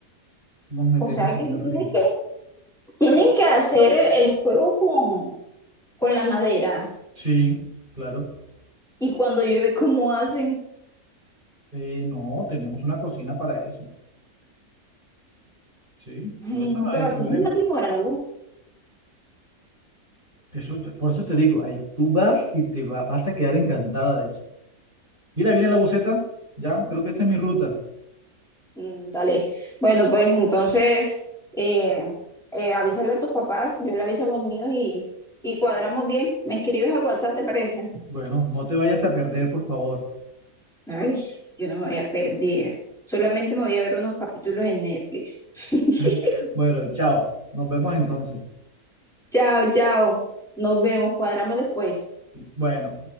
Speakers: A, on the right; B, in the centre.
A: nos metemos
B: O sea que
A: allá
B: tienen
A: al río.
B: que, tienen que hacer el, el fuego con, con la madera.
A: Sí, claro.
B: Y cuando llueve, ¿cómo hacen?
A: Eh, no, tenemos una cocina para eso. Sí,
B: Ay,
A: por eso
B: no,
A: no
B: pero
A: hay el
B: así
A: problema.
B: no es más demorado.
A: Eso, te- por eso te digo, ahí tú vas y te va- vas a quedar encantada de eso. Mira, viene la buceta, ya, creo que esa es mi ruta.
B: Mm, dale. Bueno, pues entonces, eh, eh, avísale a tus papás, yo le aviso a los míos y, y cuadramos bien. ¿Me escribes al WhatsApp, te parece?
A: Bueno, no te vayas a perder, por favor.
B: Ay, yo no me voy a perder. Solamente me voy a ver unos capítulos en Netflix. <laughs>
A: <laughs> Bueno, chao. Nos vemos entonces.
B: Chao, chao. Nos vemos. Cuadramos después.
A: Bueno.